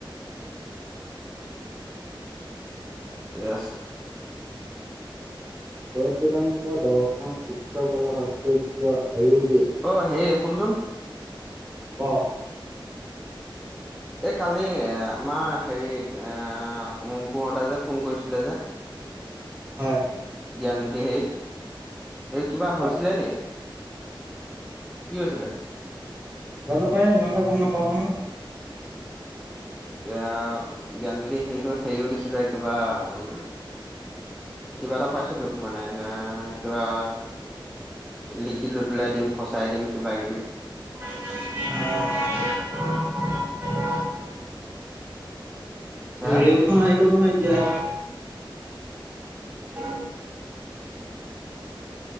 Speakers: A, in the centre; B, on the right.
A: ইয়েছ।
B: বদবেদংক দৰ্শন চিত্ৰকলাৰ ভাষ্কৰ্য্য। আয়ুৰ্বেদে।
A: অ হেৰি শুনচোন।
B: অ।
A: এই কালি আমাৰ হেৰিত এ মংকুহতে যে ফোন কৰিছিলে যে
B: হয়।
A: জ্ঞান দুটি হেইত। এই কিবা
B: হয়
A: হৈছিলে নি। কি হৈছিলে।
B: জানো পায় ইমান দে গম নাপাওঁ নহয়।
A: এ জ্ঞান যদি হেটোত হেৰিও দিছিলে কিবা উম কিবা এটা পাইছিলো। মানে এ কিবা। লিখি লৈ পেলাই দিম ফচাই দিম কিবা কিবি।
B: <unintelligible>
A: হা
B: ৰেল খখন আহি গ'ল নহয়। <unintelligible>